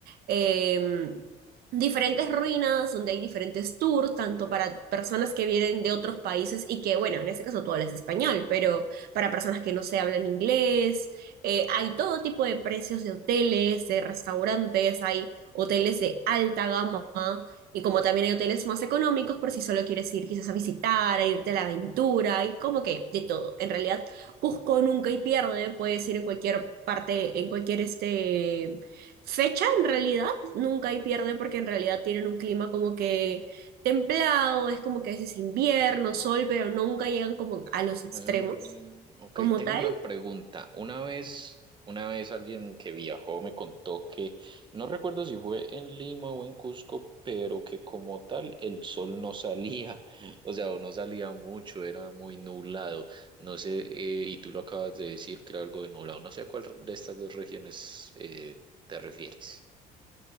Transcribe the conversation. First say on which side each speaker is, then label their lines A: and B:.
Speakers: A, on the right (about 70°); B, on the right (about 30°).
A: eh, diferentes ruinas donde hay diferentes tours, tanto para personas que vienen de otros países y que, bueno, en este caso tú hablas español, pero para personas que no se hablan inglés, eh, hay todo tipo de precios de hoteles, de restaurantes, hay hoteles de alta gama y como también hay hoteles más económicos por si solo quieres ir quizás a visitar, a irte a la aventura, y como que de todo. En realidad, Cusco nunca y pierde, puedes ir en cualquier parte, en cualquier este Fecha en realidad nunca hay pierde porque en realidad tienen un clima como que templado, es como que a veces invierno, sol, pero nunca llegan como a los extremos
B: Mm, ok,
A: como
B: tengo
A: tal.
B: una pregunta. Una vez, una vez alguien que viajó me contó que, no recuerdo si fue en Lima o en Cusco, pero que como tal el sol no salía, <laughs> o sea, o no salía mucho, era muy nublado. No sé, eh, y tú lo acabas de decir que era algo de nublado. No sé a cuál de estas dos regiones eh, te refieres.